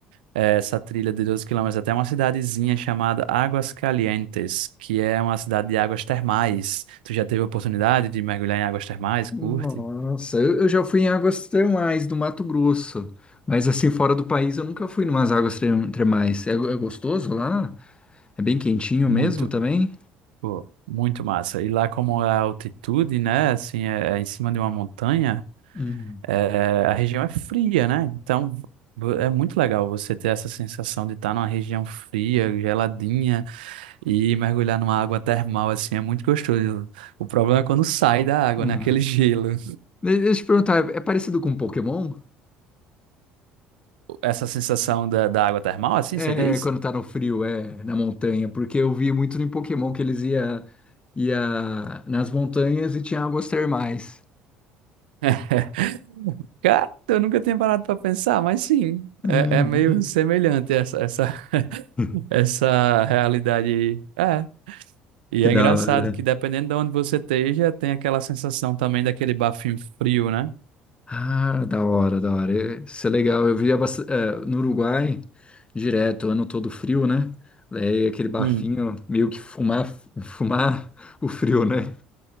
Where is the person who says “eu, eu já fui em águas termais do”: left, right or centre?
Left